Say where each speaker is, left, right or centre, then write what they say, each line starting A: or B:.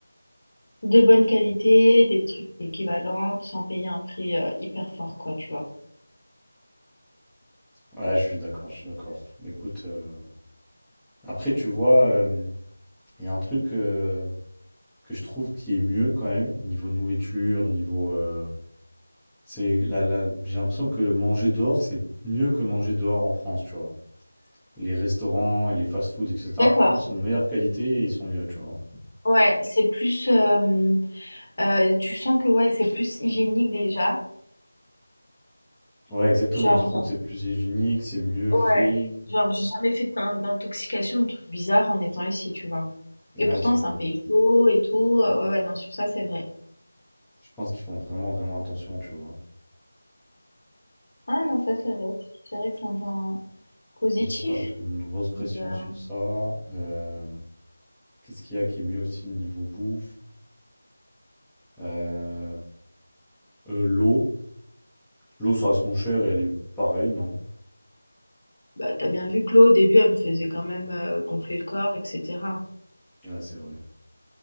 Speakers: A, on the left; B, in the centre.
A: de bonne qualité, des trucs équivalents, sans payer un prix euh, hyper fort, quoi, tu vois.
B: Ouais, je suis d'accord, je suis d'accord. Mais Écoute, euh, après tu vois, euh, il y a un truc euh, que je trouve qui est mieux quand même, niveau nourriture, niveau... euh, C'est la, la- j'ai l'impression que le manger dehors, c'est mieux que manger dehors en France, tu vois. Les restaurants et les fast-food, etc.,
A: D'accord.
B: par contre, sont de meilleure qualité et ils sont mieux, tu vois.
A: Ouais, c'est plus. euh, euh, tu sens que ouais, c'est plus hygiénique déjà.
B: Ouais, exactement.
A: Genre,
B: Tu sens que c'est plus hygiénique, c'est mieux
A: euh,
B: fait.
A: ouais. Genre, j'ai jamais fait d'in- d'intoxication, de trucs bizarres en étant ici, tu vois.
B: Ouais,
A: Et pourtant,
B: c'est
A: c'est
B: vrai.
A: un pays chaud et tout. euh, Ouais, ouais, non, sur ça, c'est vrai.
B: Je pense qu'ils font vraiment, vraiment attention, tu vois.
A: Ah non, ça, c'est vrai. C'est vrai que c'est un point positif.
B: Ils ont ça, une grosse pression
A: Euh,
B: sur ça. Euh, qu'est-ce qu'il y a qui est mieux aussi niveau bouffe? Euh, euh, l'eau. L'eau, ça reste moins cher, elle est pareille, non?
A: Bah, t'as bien vu que l'eau, au début, elle me faisait quand même euh, gonfler le corps, etc.
B: Ouais, c'est vrai.